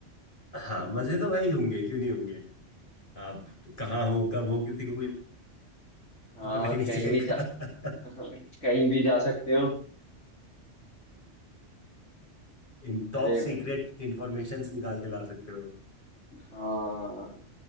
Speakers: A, on the left; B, on the left.
A: हाँ मजे तो वही होंगे क्यों नहीं होंगे आप कहाँ हो कब हो किसी को
B: हाँ
A: पता ही नहीं
B: कहीं
A: चलेगा
B: भी जा <laughs> हाँ,
A: <laughs>
B: कहीं भी जा सकते हो
A: इन टॉप
B: अरे
A: सीक्रेट
B: भाई
A: इंफॉर्मेशन निकाल के ला सकते हो
B: हाँ